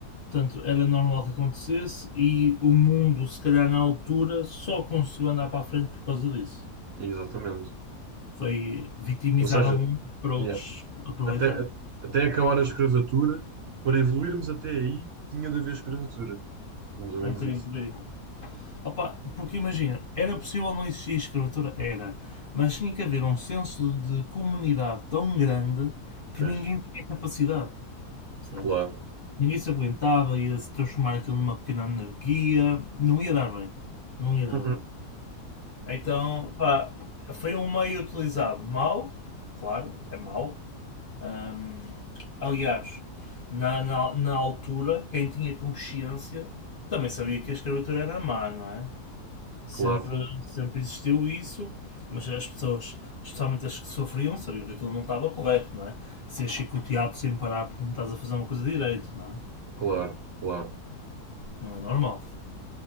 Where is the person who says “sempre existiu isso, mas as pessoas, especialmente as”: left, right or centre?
Left